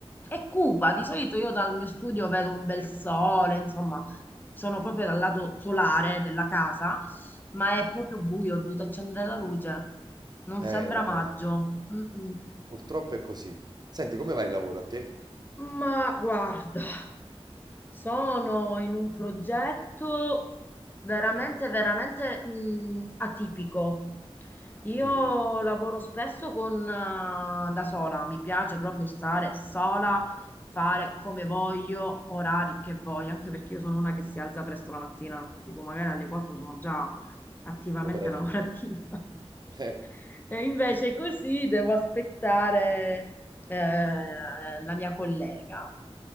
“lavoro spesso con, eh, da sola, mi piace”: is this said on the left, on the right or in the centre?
Left